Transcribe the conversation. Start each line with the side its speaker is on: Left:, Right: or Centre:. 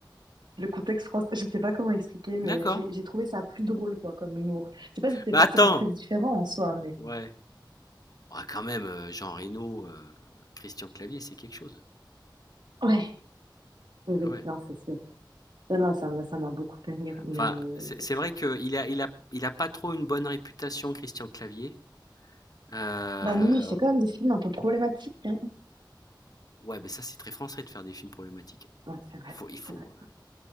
Right: le contexte français. Je sais pas comment expliquer, mais
Left: d'accord.
Right: j'ai j'ai trouvé ça plus drôle, quoi, comme humour. Je sais pas si c'est
Left: Bah
Right: forcément
Left: attends,
Right: très différent en soi, mais
Left: ouais. Ah, quand même, euh, Jean Reno, euh, Christian Clavier, c'est quelque chose.
Right: ouais, oui, oui,
Left: Ah Ouais.
Right: non, c'est sûr. Non, non, ça m'a ça m'a beaucoup fait rire, mais.
Left: Enfin,
Right: euh,
Left: c'est c'est vrai qu'il a, il a, il a pas trop une bonne réputation, Christian Clavier. Euh,
Right: Bah non, il fait quand même des films un peu problématiques, hein.
Left: ouais, mais ça, c'est très français de faire des films problématiques.
Right: Ouais, c'est vrai,
Left: Il faut, il faut,
Right: c'est vrai.